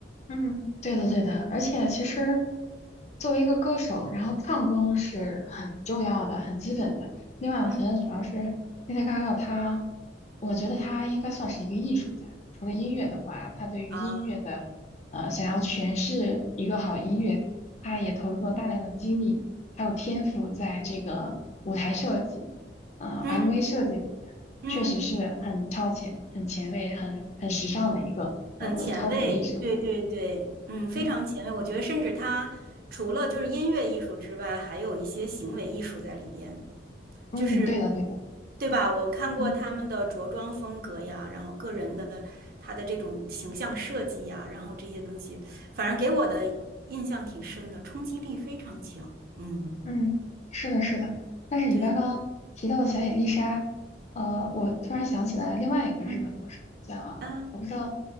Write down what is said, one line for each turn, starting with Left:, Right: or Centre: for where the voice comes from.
Left: 嗯，对的，对的，而且其实作为一个歌手，然后唱功是很重要的、很基本的。另外，我觉得主要是
Right: 嗯
Left: Lady Gaga，她，我觉得她应该算是一个艺术家。除了音乐的话，她对于音乐的，
Right: 啊，
Left: 呃，想要诠释一个好音乐，她也投入了大量的精力，
Right: 嗯
Left: 还有天赋在这个舞台设计、呃
Right: 嗯
Left: MV 设计里面，
Right: 嗯。
Left: 确实是很超前、很前卫、很很时尚的一个呃超级艺术家。
Right: 很前卫，对对对，嗯，非常前卫。
Left: 嗯
Right: 我觉得，甚至他除了就是音乐艺术之外，还有一些行为艺术在里边，
Left: 嗯，
Right: 就是
Left: 对的对的，
Right: 对吧？我看过他们的着装风格呀，
Left: 嗯
Right: 然后个人的他的这种形象设计呀，然后这些东西，反正给我的印象挺深的，冲击力非常强。嗯，
Left: 嗯，是的是的。但是你刚刚提到的小野丽莎，
Right: 对，
Left: 呃，我突然想起来另外一个日本歌手叫，
Right: 嗯啊，
Left: 我不知道，